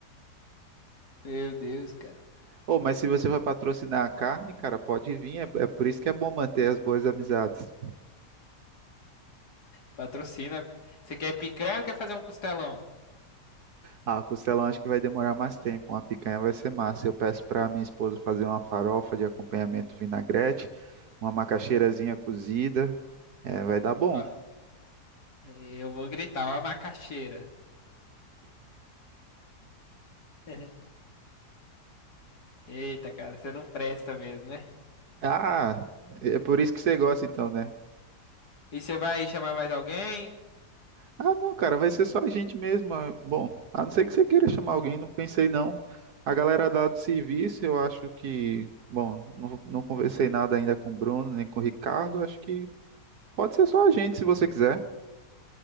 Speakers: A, on the left; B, on the right.
A: Meu Deus, cara.
B: Oh, mas se você vai patrocinar a carne, cara, pode vir. É, é por isso que é bom manter as boas amizades.
A: Patrocina. Você quer picanha ou quer fazer um costelão?
B: Ah, costelão acho que vai demorar mais tempo. Uma picanha vai ser massa. Eu peço para minha esposa fazer uma farofa de acompanhamento vinagrete, uma macaxeirazinha cozida. É, vai dar bom.
A: Ó, eu vou gritar, ó, a macaxeira. <laughs> Eita, cara, você não presta mesmo, né?
B: Ah, é por isso que você gosta então, né?
A: E você vai chamar mais alguém?
B: Ah, não, cara, vai ser só a gente mesmo. ah, Bom, a não ser que você queira chamar alguém, não pensei não. A galera lá do serviço, eu acho que, bom, não, não conversei nada ainda com o Bruno nem com o Ricardo. Acho que pode ser só a gente, se você quiser.